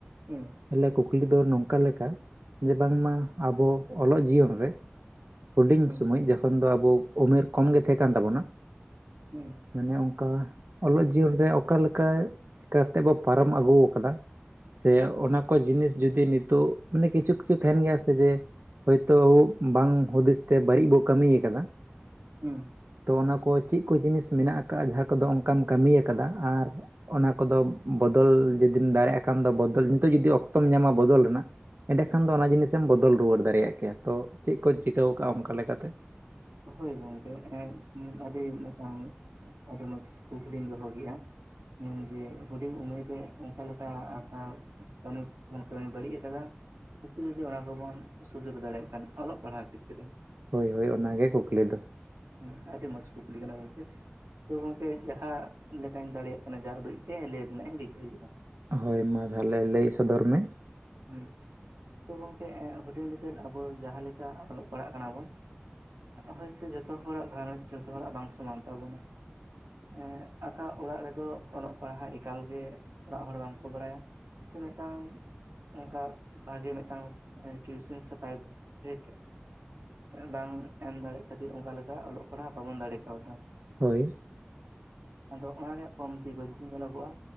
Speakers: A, on the right (about 80°); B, on the right (about 60°).
A: ᱮᱸᱦ ᱾
B: ᱛᱟᱞᱦᱮ ᱠᱩᱠᱞᱤ ᱫᱚ ᱱᱚᱝᱠᱟ ᱞᱮᱠᱟ ᱡᱮ, ᱵᱟᱝᱢᱟ ᱟᱵᱚ ᱚᱞᱚᱜ ᱡᱤᱭᱚᱱ ᱨᱮ ᱦᱩᱰᱤᱧ
A: ᱦᱩᱸ
B: ᱥᱚᱢᱚᱭ ᱡᱚᱠᱷᱚᱱ ᱫᱚ ᱟᱵᱚ ᱩᱢᱮᱹᱨ ᱠᱚᱢ ᱜᱮ ᱛᱟᱦᱮᱸ ᱠᱟᱱ ᱛᱟᱵᱳᱱᱟ
A: ᱦᱩᱺ ᱾
B: ᱢᱟᱱᱮ ᱚᱱᱠᱟ, ᱚᱞᱚᱜ ᱡᱤᱭᱚᱱ ᱨᱮ ᱚᱠᱟ ᱞᱮᱠᱟ ᱪᱮᱠᱟ ᱠᱟᱛᱮ ᱵᱚ ᱯᱟᱨᱚᱢ ᱟᱹᱜᱩ ᱟᱠᱟᱫᱟ ᱥᱮ ᱚᱱᱟ ᱠᱚ ᱡᱤᱱᱤᱥ ᱡᱩᱫᱤ ᱱᱤᱛᱳᱜ ᱢᱟᱱᱮ ᱠᱤᱪᱷᱩ ᱠᱤᱪᱷᱩ ᱛᱟᱦᱮᱱ ᱜᱮᱭᱟ ᱥᱮ? ᱡᱮ ᱦᱳᱭᱛᱳ ᱟᱵᱳ ᱵᱟᱝ ᱦᱩᱫᱤᱥ ᱛᱮ ᱵᱟᱹᱲᱤᱡ ᱵᱚ ᱠᱟᱹᱢᱤ ᱠᱟᱫᱟ
A: ᱦᱩᱺ ᱾
B: ᱛᱚ, ᱚᱱᱟ ᱠᱚ ᱪᱮᱫ ᱠᱚ ᱡᱤᱱᱤᱥ ᱢᱮᱱᱟᱜ ᱟᱠᱟᱫᱼᱟ ᱡᱟᱦᱟᱸ ᱠᱚᱫᱚ ᱚᱱᱠᱟᱢ ᱠᱟᱹᱢᱤ ᱟᱠᱟᱫᱟ ᱟᱨ ᱚᱱᱟ ᱠᱚᱫᱚ ᱵᱚᱫᱚᱞ ᱡᱩᱫᱤᱢ ᱫᱟᱲᱮᱭᱟᱜ ᱠᱷᱟᱱ ᱫᱚ ᱵᱚᱫᱚᱞ, ᱱᱤᱛᱚᱜ ᱡᱩᱫᱤ ᱚᱠᱛᱚᱢ ᱧᱟᱢᱟ ᱵᱚᱫᱚᱞ ᱨᱮᱱᱟᱜ ᱮᱸᱰᱮ ᱠᱷᱟᱱ ᱫᱚ ᱚᱱᱟ ᱡᱤᱱᱤᱥᱮᱢ ᱵᱚᱫᱚᱞ ᱨᱩᱣᱟᱹᱲ ᱫᱟᱲᱮᱭᱟᱜ ᱠᱮᱭᱟ ᱛᱚ ᱪᱮᱫ ᱠᱚ ᱪᱤᱠᱟᱹᱣ ᱠᱟᱜᱼᱟ ᱚᱱᱠᱟ ᱞᱮᱠᱟᱛᱮ ᱾
A: ᱦᱳᱭ ᱜᱚᱝᱠᱮ, ᱦᱮᱸᱜ ᱟᱹᱰᱤ ᱢᱮᱫᱴᱟᱝ ᱟᱹᱰᱤ ᱢᱚᱸᱡᱽᱥ ᱠᱩᱠᱞᱤᱢ ᱫᱚᱦᱚ ᱠᱮᱜᱼᱟ ᱾ ᱦᱩᱸ ᱡᱮ ᱦᱩᱰᱤᱧ ᱩᱢᱮᱨ ᱨᱮ ᱚᱱᱠᱟ ᱞᱮᱠᱟ ᱟᱠᱟᱞ ᱠᱟᱹᱢᱤ, ᱠᱟᱹᱢᱤᱭ ᱵᱟᱹᱲᱤᱡ ᱠᱟᱫᱟ ᱾ ᱱᱤᱛᱩ ᱡᱩᱫᱤ ᱚᱱᱟ ᱠᱚᱵᱚᱱ ᱥᱩᱫᱟᱹᱨ ᱫᱟᱲᱮᱭᱟᱜ ᱠᱷᱟᱱ ᱚᱞᱚᱜ ᱯᱟᱲᱦᱟᱣ ᱠᱷᱮᱛᱨᱮᱼᱼ
B: ᱦᱳᱭ ᱦᱳᱭ ᱚᱱᱟᱜᱮ ᱠᱩᱠᱞᱤ ᱫᱚ᱾
A: ᱦᱮᱸ ᱟᱹᱰᱤ ᱢᱚᱸᱡᱽ ᱠᱩᱠᱞᱤ ᱠᱟᱱᱟ ᱜᱚᱝᱠᱮ ᱛᱚ ᱜᱚᱝᱠᱮ ᱡᱟᱦᱟᱸ ᱞᱮᱠᱟᱧ ᱫᱟᱲᱮᱭᱟᱜ ᱠᱟᱱᱟ ᱡᱟ ᱩᱰᱟᱹᱡ ᱜᱮ ᱞᱟᱹᱭ ᱨᱮᱱᱟᱜ ᱤᱧ ᱨᱤᱠᱟᱹᱭᱮᱫᱟ
B: ᱦᱳᱭ ᱢᱟ ᱛᱟᱦᱚᱞᱮ ᱞᱟᱹᱭ ᱥᱚᱫᱚᱨ ᱢᱮ?
A: ᱦᱮᱸ ᱛᱚ ᱜᱚᱢᱠᱮ ᱦᱩᱰᱤᱧ ᱵᱤᱫᱟᱹᱞ ᱟᱵᱚ ᱡᱟᱦᱟᱸ ᱞᱮᱠᱟ ᱚᱞᱚᱜ ᱯᱟᱲᱦᱟᱜ ᱠᱟᱱᱟ ᱵᱚᱱ ᱦᱚᱭᱥᱮ ᱡᱚᱛᱚ ᱦᱚᱲᱟᱜ ᱜᱷᱟᱨᱚᱸᱡᱽ ᱡᱚᱛᱚ ᱦᱚᱲᱟᱜ ᱵᱟᱝ ᱥᱚᱢᱟᱱ ᱛᱟᱵᱚᱱᱟ᱾ ᱮ ᱟᱠᱟ ᱚᱲᱟᱜ ᱨᱮᱫᱚ ᱚᱞᱚᱜ ᱯᱟᱲᱦᱟᱜ ᱮᱠᱟᱞᱜᱮ ᱚᱲᱟᱜ ᱦᱚᱲ ᱵᱟᱝᱠᱚ ᱵᱟᱲᱟᱭᱟ᱾ ᱥᱮ ᱢᱤᱫᱴᱟᱝᱼᱼ ᱚᱱᱠᱟ ᱵᱷᱟᱜᱮ ᱢᱤᱫᱴᱟᱝ ᱴᱤᱭᱩᱥᱮᱱ ᱥᱮ ᱯᱨᱟᱭᱵᱷᱮᱴᱼᱼ ᱵᱟᱝ ᱮᱢ ᱫᱟᱲᱮᱜ ᱠᱷᱟᱹᱛᱤᱨ ᱚᱱᱠᱟ ᱞᱮᱠᱟ ᱚᱞᱚᱜ ᱯᱟᱲᱦᱟᱜ ᱵᱟᱵᱚᱱ ᱫᱟᱲᱮ ᱠᱟᱣᱫᱟ᱾
B: ᱦᱳᱭ
A: ᱟᱫᱚ ᱚᱱᱟ ᱨᱮᱭᱟᱜ ᱠᱚᱢᱛᱤ ᱜᱟᱞᱛᱤ ᱧᱮᱞᱚᱜᱚᱜᱼᱟ᱾